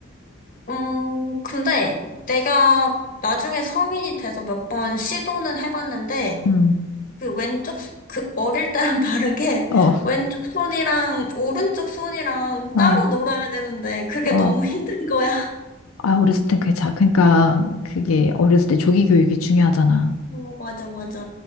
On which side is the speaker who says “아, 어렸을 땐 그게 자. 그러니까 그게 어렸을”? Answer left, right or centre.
Left